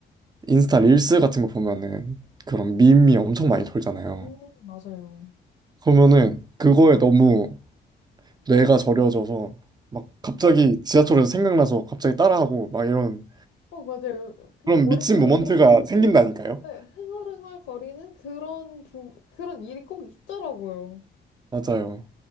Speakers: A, on the right (about 20°); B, on the left (about 80°).
A: 인스타 릴스 같은 거 보면은 그런 밈이 엄청 많이 돌잖아요.
B: 음, 맞아요.
A: 그러면은 그거에 너무 뇌가 저려져서 막 갑자기 지하철에서 생각나서 갑자기 따라하고 막 이런
B: 어, 맞아요. 그냥
A: 그런
B: 머릿속에서
A: 미친 모먼트가 생긴다니까요.
B: 네, 흥얼흥얼 거리는 그런 부, 그런 일이 꼭 있더라고요.
A: 맞아요.